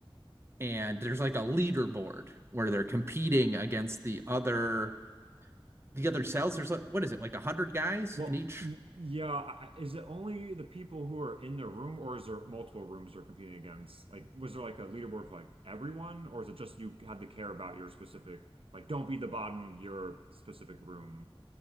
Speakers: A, on the right; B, on the right.
A: and there's like a leaderboard where they're competing against the other the other cells. There's like what is it? Like a hundred guys
B: Well,
A: in each
B: y- yeah, I- is it only the people who are in the room, or is there multiple rooms they're competing against? Like, was there like a leaderboard for like everyone, or is it just you had to care about your specific, like, don't be the bottom of your specific room?